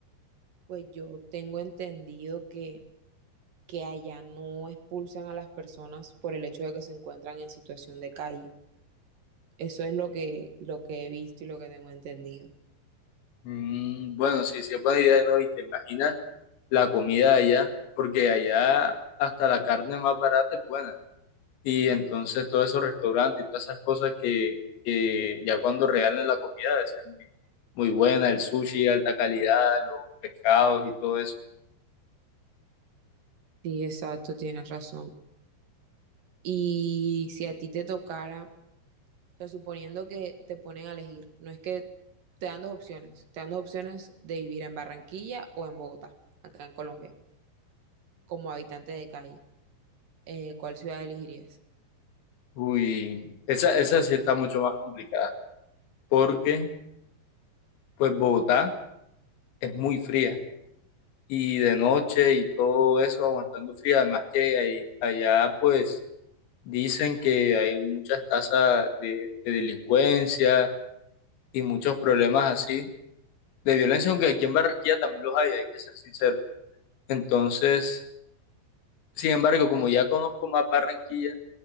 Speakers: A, on the right; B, on the left.
A: Pues yo tengo entendido que, que allá no expulsan a las personas por el hecho de que se encuentran en situación de calle. Eso es lo que, lo que he visto y lo que tengo entendido.
B: Mm, bueno, sí, sí es buena idea, ¿no? Y te imaginas la comida de allá, porque allá hasta la carne más barata es buena. Y entonces todos esos restaurantes y todas esas cosas que, que ya cuando regalen la comida debe ser muy, muy buena, el sushi, alta calidad, los pescados y todo eso.
A: Sí, exacto, tienes razón. Y si a ti te tocara, o sea, suponiendo que te ponen a elegir, no es que te dan dos opciones, te dan dos opciones de vivir en Barranquilla o en Bogotá, acá en Colombia, como habitante de calle. Eh, ¿cuál ciudad elegirías?
B: Uy, esa, esa sí está mucho más complicada, porque pues Bogotá es muy fría y de noche y todo eso aguantando frío, además que ahí- allá pues dicen que hay muchas tasas de de delincuencia y muchos problemas así de violencia, aunque aquí en Barranquilla también los hay, hay que ser sincero. Entonces, sin embargo, como ya conozco más Barranquilla